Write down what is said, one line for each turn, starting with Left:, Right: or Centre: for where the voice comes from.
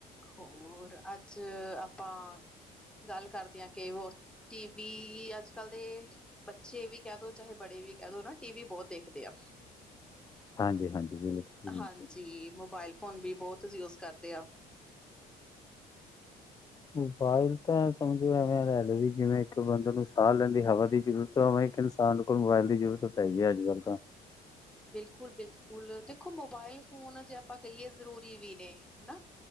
Centre: ਹੋਰ ਅੱਜ ਆਪਾਂ ਗੱਲ ਕਰਦੇ ਹਾਂ ਕਿ ਟੀਵੀ ਅਜਕਲ ਦੇ ਬੱਚੇ ਵੀ ਕਹਿ ਦੋ ਤੇ ਬੜੇ ਵੀ ਕਹਿ ਦੋ ਟੀਵੀ ਬਹੁਤ ਦੇਖਦੇ ਹੈ
Left: ਹਾਂਜੀ ਹਾਂਜੀ ਬਿਲਕੁਲ ਜੀ
Centre: ਹਾਂਜੀ
Left: ਬਿਲਕੁਲ
Centre: ਮੋਬਾਈਲ ਫੋਨ ਵੀ ਬਹੁਤ ਯੂਜ ਕਰਦੇ ਆ
Left: ਮੋਬਾਈਲ ਤਾਂ ਐਂ ਸਮਝੋ ਐਵੇਂ ਲੈ ਲਓ ਵੀ ਜਿਵੇਂ, ਇੱਕ ਬੰਦੇ ਨੂੰ ਸਾਹ ਲੈਂਦੀ ਹਵਾ ਦੀ ਜ਼ਰੂਰਤ <unintelligible> ਉਵੇਂ ਇੱਕ ਇਨਸਾਨ ਕੋਲ ਮੋਬਾਇਲ ਦੀ ਜ਼ਰੂਰਤ ਪੈ ਗਈ ਅੱਜ ਕੱਲ੍ਹ ਤਾਂ
Centre: ਬਿਲਕੁਲ -ਬਿਲਕੁਲ ਦੇਖੋ ਮੋਬਾਈਲ ਫੋਨ ਜੇ ਆਪਾਂ ਕਹੀਏ ਜ਼ਰੂਰੀ ਵੀ ਨੇ ਹਨਾ